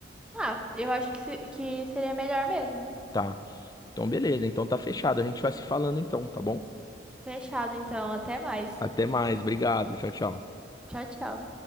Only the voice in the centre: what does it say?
Ah, eu acho que, se- que seria melhor mesmo.
Fechado, então. Até mais.
Tchau, tchau.